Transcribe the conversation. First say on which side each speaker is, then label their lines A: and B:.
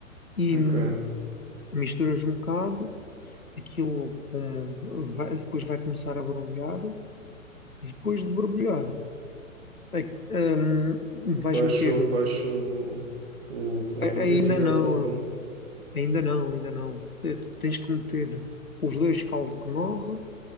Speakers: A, on the left; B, on the right.
A: e
B: ok.
A: hum, misturas um bocado, aquilo como vai- depois vai começar a borbulhar, e depois de borbulhar, é- hum, vais
B: Baixo,
A: meter,
B: baixo o, o-
A: a-
B: a intensidade
A: ainda não,
B: do fogão.
A: ainda não, ainda não, Te- tens que meter os dois caldo que morre